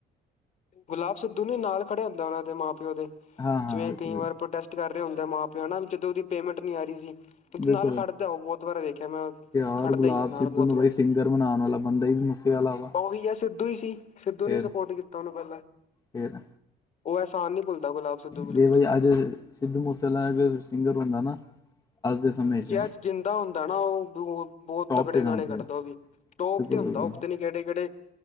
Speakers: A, on the left; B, on the left.
A: ਗੁਲਾਬ ਸਿੱਧੂ ਨੀ, ਨਾਲ ਖੜੇ ਹੁੰਦਾ ਓਨਾ ਦੇ ਮਾਂ-ਪੇਓ ਦੇ।
B: ਹਾਂ ਹਾਂ
A: ਜਿਵੇਂ ਕਈ
B: ਬਿਲਕੁਲ
A: ਵਾਰ ਪ੍ਰੋਟੈਸਟ ਕਾਰ ਰੇ ਹੁੰਦੈ ਆ ਮਾਂ-ਪੇਓ ਹੇਨਾ, ਜਿਦੇ ਓਦੀ ਪੇਮੈਂਟ ਨੀ ਆਰੀ ਸੀ। ਉਚ
B: ਬਿਲਕੁਲ
A: ਨਾਲ ਖੜਦੈ ਓ ਬੋਤ ਵਾਰ ਦੇਖੇਆ ਮੈਂ
B: ਯਾਰ
A: ਖੜਦੈ
B: ਗੁਲਾਬ
A: ਈ ਐ ਨਾਲ
B: ਸਿੱਧੂ
A: ਬੋਤ
B: ਨੂੰ
A: ਵਾਰੀ,
B: ਬਈ ਸਿੰਗਰ ਬਣਾਉਣ ਵਾਲਾ ਬੰਦਾ ਹੀ ਮੂਸੇ ਵਾਲਾ ਵਾ
A: ਓਵੀ ਆ ਸਿੱਧੂ ਈ ਸੀ। ਸਿੱਧੂ
B: ਫੇਰ
A: ਨੇ ਈ ਸਪੋਟ ਕੀਤਾ ਓਨੂੰ ਪੈਲਾਂ।
B: ਫੇਰ
A: ਓ ਐਹਸਾਨ ਨੀ ਭੁਲਦਾ ਗੁਲਾਬ। ਸਿੱਧੂ ਬਿਲਕੁਲ
B: ਜੇ ਬਈ
A: ਵੀ ਹੁਣ
B: ਆੱਜ ਸਿੱਧੂ ਮੂਸੇਆਲਾ ਸਿੰਗਰ ਹੁੰਦਾ ਨਾ ਅੱਜ ਦੇ ਸਮੇਂ
A: ਹੂੰ,
B: 'ਚ
A: ਜੇ ਆੱਜ ਜਿੰਦਾ ਹੁੰਦਾ ਨਾ, ਓ ਬੋਤ, ਬੋਤ
B: ਟੋਪ
A: ਤਗੜੇ
B: 'ਤੇ ਜਾਣਾ
A: ਗਾਣੇ
B: ਸੀਗਾ
A: ਕੱਡਦਾ ਓ ਵੀ। ਟੋਪ
B: ਬਿਲਕੁਲ
A: ਤੇ ਹੁੰਦਾ
B: ਬਿਲਕੁਲ
A: ਉਤੇ ਨੀ ਕੈੜੇ-ਕੈੜੇ